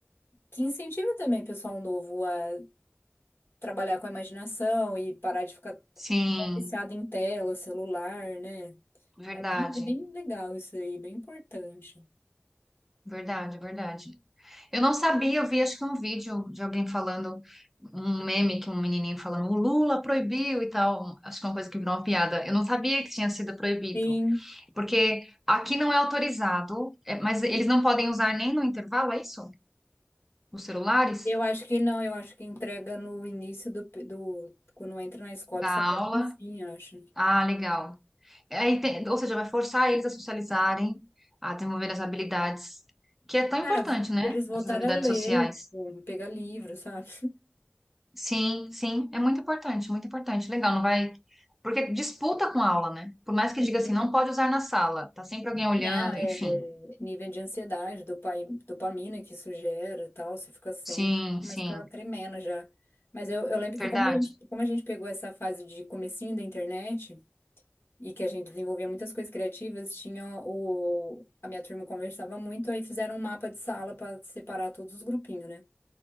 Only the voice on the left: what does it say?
que incentiva também o pessoal novo a trabalhar com a imaginação e parar de ficar
tão viciado em tela, celular, né?
É bem, é bem legal isso aí, bem importante.
Sim,
eu acho que não, eu acho que entrega no início do, pe- do quando entra na escola,
só pega
no fim, eu acho.
Ah, vo-
eles voltaram
a ler,
tipo, pegar livro, sabe?
<laughs>
Não, é
nível de ansiedade, dopai- dopamina que isso gera e tal, você fica sem,
começa
a ficar tremendo já. Mas eu, eu lembro que
como a gente, como a gente pegou essa fase de comecinho da internet e que a gente desenvolvia muitas coisas criativas, tinha o, a minha turma conversava muito, aí fizeram um mapa de sala para separar todos os grupinhos, né?